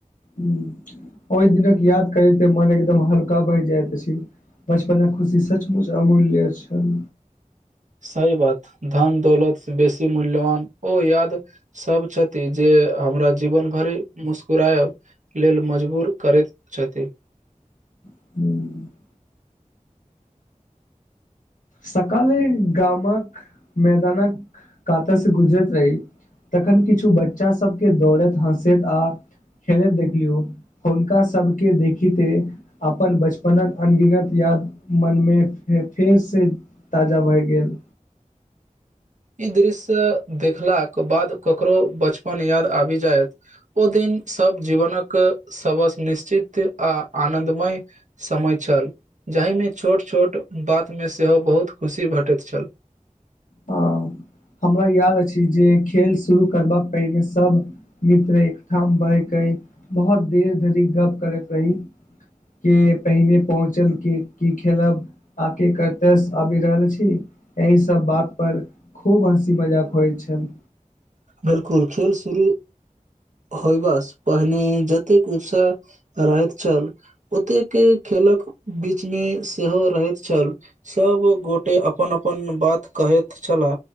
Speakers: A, on the left; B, on the right.
A: हुं <inaudible> ओइ दिनक याद करे मन एकदम हल्का भैई जाइत छै बचपन खुशी सचमुच अमूल छल
B: सही बात धन दौलत बेसी मूल्यवान ओ याद सभ छथि जे हमरा जीवन घरि मुस्कराएब लेल मजबूर करैत छथि
A: <unintelligible> सकाले गामक मैदानक कातै से गुजरैत रही तखन किछु बच्चा सब केँ दौड़ैत हँसैत आ खेलैत देखलियौ हुनका सभ केँ देखिते अपन बचपनक अनगिनत याद मन में फेर से ताजा भए गेल
B: ई दृश्य देखलाक कऽ बाद ककरो बचपन याद आबि जायत ओ दिन सब जीवनक सबस निश्चित आ आनन्दमय समय छल जाहिमे छोट छोट बातमे सेहो बहुत खुशी भेटैत छल
A: हँ हमरा याद अछि जे खेल शुरू करबाक पहिने सभ मित्र एक ठाम बहिके बहुत देर धरि गप करैत रही केँ पहिने पहुँचल केँ की खेलब आके कते आबि रहल छी एहि सब बात पर खूब हँसी मजाक होइ छल
B: बिल्कुल खेल शुरू होइबास पहिने जतेक उत्साह राहत छल ओतेक केँ खेलक बीच में सेहो रहैत छल सब गोटे अपन अपन बात कहैत छला